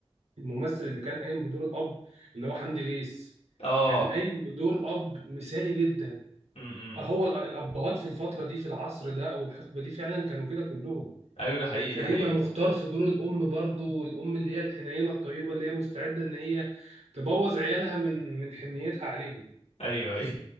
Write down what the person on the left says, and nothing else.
اه
امم
ايوه ده حقيقي
ده حقيقي
ايوه ايوه